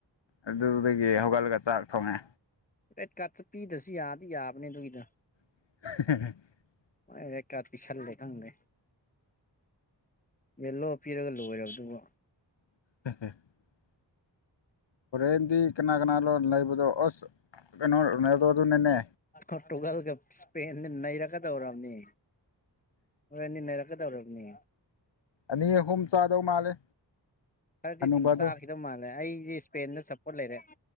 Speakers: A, on the left; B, on the left.
A: ꯑꯗꯨꯗꯒꯤ ꯍꯧꯒꯠꯂꯒ ꯆꯥꯛ ꯊꯣꯡꯉꯦ
B: ꯑꯦ ꯀꯠꯆ ꯄꯤꯗꯁꯨ ꯌꯥꯗꯤ ꯌꯥꯕꯅꯦ ꯑꯗꯨꯒꯤꯗ
A: <unintelligible>
B: ꯑꯦꯥꯗ ꯄꯁꯜꯂꯦ ꯈꯪꯦ ꯌꯦꯦꯜꯂꯣ ꯄꯤꯔꯒ ꯂꯣꯏꯔꯦ ꯑꯗꯨꯒꯕꯨ
A: <unintelligible> ꯍꯣꯔꯦꯟꯗꯤ ꯀꯅꯥ ꯀꯅꯥ ꯂꯣꯟ ꯂꯩꯕꯗꯣ ꯑꯁ ꯀꯩꯅꯣ ꯔꯣꯅꯥꯜꯗꯣꯗꯨꯅꯅꯦ
B: ꯀꯣꯔꯣꯔꯇꯨꯒꯜꯒ ꯁꯄꯦ ꯅꯩꯔꯛꯀꯗꯧꯔꯕꯅꯤ ꯍꯣꯏꯅꯤ ꯅꯩꯔꯛꯀꯗꯧꯔꯕꯅꯤ
A: ꯑꯅꯤ ꯑꯍꯨꯝ ꯆꯥꯗꯧ ꯃꯥꯜꯂꯦ
B: ꯈꯔꯗꯤ
A: ꯍꯅꯨꯕꯗꯣ
B: ꯁꯨꯝ ꯆꯥꯈꯤꯗꯧ ꯃꯥꯜꯂꯦ ꯑꯩꯗꯤ ꯏꯁꯄꯦꯟꯗ ꯁꯞꯄꯣꯔꯠ ꯂꯩꯔꯦ